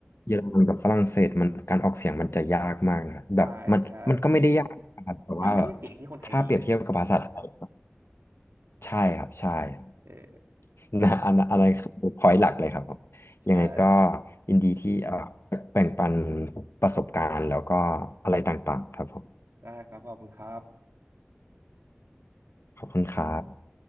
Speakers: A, on the left; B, on the right.
A: เยอรมันกับฝรั่งเศสมันการออกเสียงมันจะยากมากนะครับแบบมันมันก็ไม่ได้ยากนะครับแต่ว่า
B: ใช่ใช่มันไม่ใช่เสียงที่คนไทยมีไง
A: ถ้าเปรียบเทียบกับภาษาไทยใช่ครับใช่ครับ
B: เออ
A: <laughs> นะอันอันนั้นคือพอยต์หลักเลยครับผมยังไงก็
B: ใช่
A: ยินดีที่เอ่อแบ่งปันประสบการณ์แล้วก็อะไรต่างๆครับผม
B: ได้ครับขอบคุณครับ
A: ขอบคุณครับ